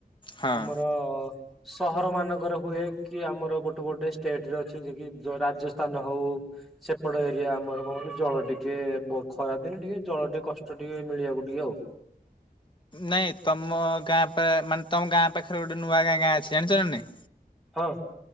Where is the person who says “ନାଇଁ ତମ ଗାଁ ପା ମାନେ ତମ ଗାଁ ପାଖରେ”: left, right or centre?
Left